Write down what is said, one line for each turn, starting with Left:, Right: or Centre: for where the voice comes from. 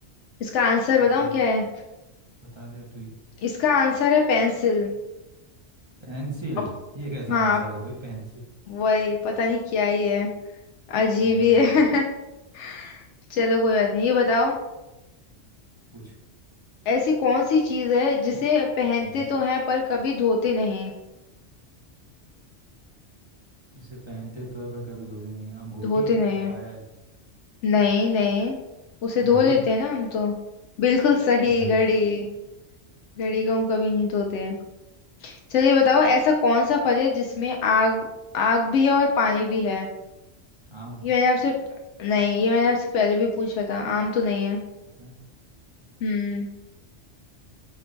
Left: इसका आंसर बताऊं
Right: दे
Left: क्या है
Right: बता दे अब तू ही
Left: इसका आंसर है पेंसिल
Right: पेंसिल
Left: अब
Right: ये कैसा
Left: हाँ
Right: आंसर है भाई पेंसिल
Left: वही पता नहीं क्या ही है अजीब
Right: हम्म
Left: ही है <laughs> चलो कोई बात नहीं ये बताओ
Right: पूछ
Left: ऐसी कौन सी चीज है जिसे पहनते
Right: हम्म
Left: तो हैं पर कभी धोते नहीं
Right: जिसे पहनते तो है पर कभी धोते नहीं है। अंगूठी
Left: धोते नहीं
Right: या
Left: हैं?
Right: पायल
Left: नहीं नहीं उसे
Right: घड़ी
Left: धो लेते हैं ना हम तो बिल्कुल सही
Right: घड़ी
Left: घड़ी घड़ी को हम कभी नहीं
Right: हम्म,
Left: धोते हैं चलिए बताओ ऐसा कौन सा फल है जिसमें आग आग भी है और पानी भी है
Right: आम
Left: ये मैंने आपसे नहीं ये मैंने आपसे पहले भी पूछा था आम तो नहीं है
Right: ऐसा
Left: हम्म